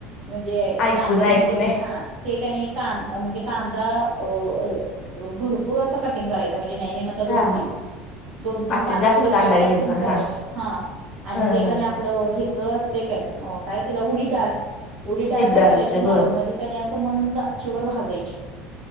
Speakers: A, on the right (about 60°); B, on the left (about 45°).
A: म्हणजे
B: ऐकून
A: डांगर
B: ऐकून
A: म्हणजे काय हा ते कणी कां म्हणजे कांदा अ भरपूर असं कटिंग करायच म्हणजे नाई नइ म्हणता
B: हा
A: दोन तीन
B: हा
A: दोन तीन
B: अच्छा
A: कांदे
B: जास्त
A: घ्यायचे
B: कांदा घ्यायचा
A: कटिंग करायचे
B: हा
A: आणि
B: ह
A: ते
B: ह
A: कानी आपलं हेच असतय काय काय तेला उडीदडाळ. उडीद डाळ काय
B: डाळचे
A: करायची नॉर्मलि
B: बर
A: कनी असं मंद अच्छेवर भाजायची